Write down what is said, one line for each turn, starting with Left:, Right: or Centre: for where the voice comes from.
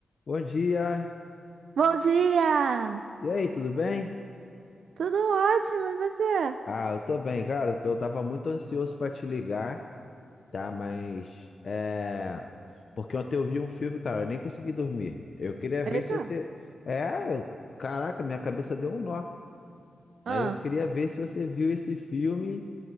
Left: Bom dia.
Right: Bom dia!
Left: E aí, tudo bem?
Right: Tudo ótimo, e você?
Left: Ah, eu tô bem, cara. Eu tô- eu tava muito ansioso pra te ligar, tá? Mas é porque ontem eu vi um filme, cara, eu nem consegui dormir. Eu queria ver
Right: Eita!
Left: se você É, eu- caraca, minha cabeça deu um nó. Aí
Right: Ah,
Left: eu queria ver se você viu esse filme